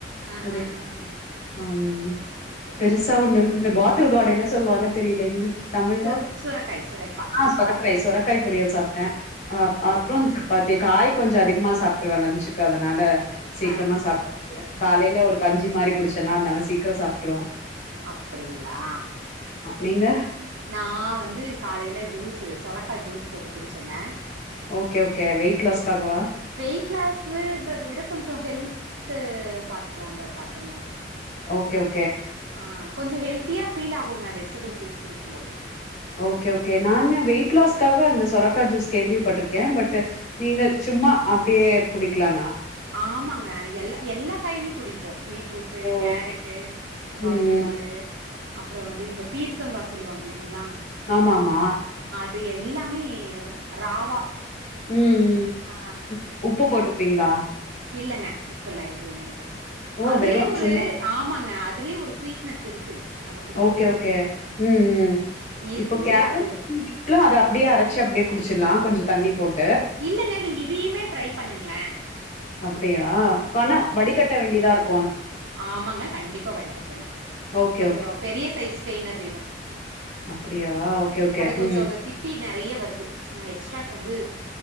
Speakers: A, on the right (about 75°); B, on the left (about 40°).
A: ஆ
B: அது
A: ஆ ஆ
B: ம்
A: சேரி சேரி
B: பெருசா
A: சரிங்க
B: ஒண்ணு இருக்கும்ல பாட்டில் கார்டு என்ன சொல்வாங்க தெரில இங்கிலீஷ் தமிழ்ல
A: சு சுரக்காய் சுரைக்கா
B: ஆ சொரக்காய் சொரக்காய் பொரியல் சாப்ட்ட
A: ஆ
B: அ
A: ஓகேங்க
B: அப்ற
A: ஓகேங்க
B: காய் கொஞ்ச அதிகமா சாப்ட்ருவ லன்ச்சுக்கு அதனால சீக்ரமா
A: ஆ ஆ
B: சாப்ட்டு முடிச்சிட்ட காலையில ஒரு கஞ்சி மாரி குடிச்சனா அதனால சீக்கர சாப்ட்ருவோ
A: அப்படிங்ளா
B: நீங்க
A: நா வந்து காலைல ஜூஸு சொரக்கா ஜூஸ் போட்டு குடிச்சங்க
B: ஓகே ஓகே வெயிட் லாஸ்க்காகவா
A: வெயிட் லாஸ்ன்றத விட கொஞ்ச ஹெல்த் து பாத்துக்கலான்றக்காகங்க
B: ஓகே ஓ
A: ஆ கொஞ்ச ஹெல்த் தியா ஃபீல் ஆகுங்க வெஜிடபிள் ஜூஸ் குடிக்கும் போது
B: ஓகே ஓகே நானு வெயிட் லாஸ்க்காக அந்த சொரக்கா ஜூஸ் கேள்விப்பட்ருக்கே பட் நீங்க சும்மா அப்டியே குடிக்கலா
A: ஆமாங்க எல்லா எல்லா காயுமே குடிப்போ பீட் ரூட்டு,
B: ஓ
A: கேரட்டு, பாட்டில்
B: ம் ம்
A: கார்டு, அப்பறோ வந்து இந்த பீர் க்கங்கா சொல்லுவாங்க இல்லங்ளா
B: ஆமா ஆமா
A: து எல்லாமே ராவா
B: ம், ம்
A: ஆ
B: உப்பு போட்டுப்பீங்ளா
A: இல்லைங்க உப்பு எல்லா எதுமே இல்ல
B: ஓ
A: அதுலே
B: வெறு
A: ஒரு
B: சும்மாவே
A: ஆமாங்க அ அதுலயே ஒரு ஸ்வீட்னஸ் இருக்கு நம்ம குடிக்கும்போது.
B: ஓகே ஓகே ம் ம்
A: இருக்கு.
B: இப்போ கேரட்
A: அது
B: பீட்ரூட்லா அத அப்டியே அரைச்சு அப்டியே குடிச்சிட்லா கொஞ்சோ தண்ணி போட்
A: இல்லங்க நீங்க இதையுமே ட்ரை பண்ண பண்ணுங்களே
B: அப் யா கணம் வடிகட்ட வேண்டியதா இருக்கு
A: ஆமாங்க கண்டிப்பா வடிகட்டணு
B: ஓகே
A: கொஞ்சோ பெரிய சைஸ் ஸ்டெயினர் வேணு
B: அப்பிடியா ஓகே ஓகே
A: கொஞ்சோ
B: உம்
A: அந்த திப்பி நெறைய வருது எக்ஸ்ட்ராக்கு வந்து